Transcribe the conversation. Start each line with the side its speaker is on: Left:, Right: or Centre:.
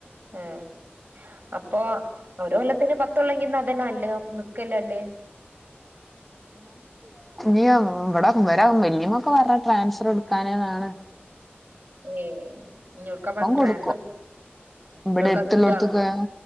Right: ഏഹ് അപ്പൊ ഒര് കൊല്ലത്തിന് പത്തള്ളെങ്കിന്ന് അതെല്ലാം അല്ലേ നല്ലത് നിക്കല്ലല്ലേ
Centre: ഇ ഇവടെ ഇവരെ വല്യമ്മ ഒക്കെ പറഞ്ഞ് ട്രാൻസ്ഫർ എടുക്കാനേന്നാണ്
Right: ഏ ഇങ്ങോടുക്ക പറഞ്ഞ്
Centre: കൊടുക്കും
Right: ട്രാൻസ്ഫറ്
Centre: ഇവിടെ
Right: എടുക്കാ
Centre: എടുത്തുള്ളോടത്തൊക്കെ
Right: കിട്ട്വോ